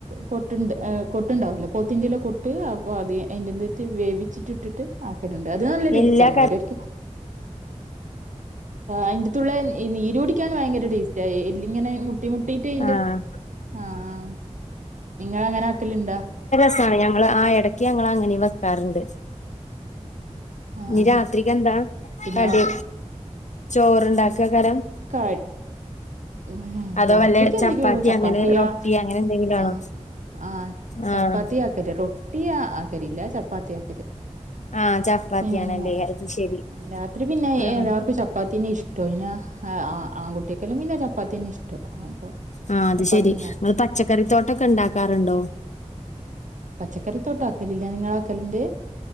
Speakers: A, on the right; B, on the left.
A: കൊട്ടണ്ട് കൊട്ടുണ്ടാവല്ലോ പോത്തിൻ്റെ കൊ ട്ട് അപ്പോ. അതി അയ്ൻ്റെ ത്റ്റ് വേവിച്ചിട്ട് ട്ട്ട്ട് ആക്കല്ണ്ട്. അതൂ നല്ല ടേസ്റ്റാന്ന്.
B: എല്ലാ കര
A: ഓരോര് അന്റെത്തുള്ള നീരു യ്ക്കാൻ ഭയങ്കര ടേസ്റ്റാ ഈ എല്ലിങ്ങനെ മുട്ടി മുട്ടീട്ട് ഈൻ്റെ
B: ആഹ്
A: ആഹ് ആഹ് നിങ്ങളങ്ങനാക്കല്ണ്ടാ?
B: <unintelligible> ഞങ്ങൾ ആ എടയ്ക്ക് ഞങ്ങളങ്ങനിം വെക്കാറ്ണ്ട്.
A: ആ
B: ഇ
A: ആ
B: രാത്രിക്ക് എന്താ
A: പിന്നെ
B: കടി ചോറ്ണ്ടാക്ക കാരം
A: കാ ഏഹ്,
B: അതോ
A: രാത്രിയ്ക്ക്
B: വല്ല
A: എന്തെങ്കി
B: ചപ്പാത്തി
A: ഉം ചപ്പാത്തിയാ
B: അങ്ങനെ റൊട്ടി അങ്ങനെ എന്തെങ്കിലും ആണോ
A: ആഹ്. ആഹ്
B: ആഹ്
A: ചപ്പാത്തി ആക്കില്ല റൊട്ടിയാ ആക്കല് ഇല്ല ചപ്പാത്തിയാക്കല്
B: ആഹ് ചപ്പാത്തിയാണല്ലേ
A: പിന്നെ,
B: അത് ശരി
A: ആഹ് രാത്രി പിന്നെ
B: ആഹ്
A: ഏഴാല്ലാവർക്ക് ചപ്പാത്തിന്നെ ഇഷ് ഇഷ്ടൊ പിന്നാ ആഹ് ആ ആൺകുട്ട്യേക്കെല്ലാം പിന്നെ ചപ്പാത്തിന്നെ ഇഷ്ടം. അപ്പൊ
B: ആ അത്
A: ചപ്പാത്തിന്നെ
B: ശരി നിങ്ങള്
A: ആക്കല്
B: പച്ചക്കറിത്തോട്ടൊക്കെ ഉണ്ടാക്കാറുണ്ടോ
A: പച്ചക്കറി തോട്ടം ആക്കലില്ല, നിങ്ങളാക്കല്ണ്ട്.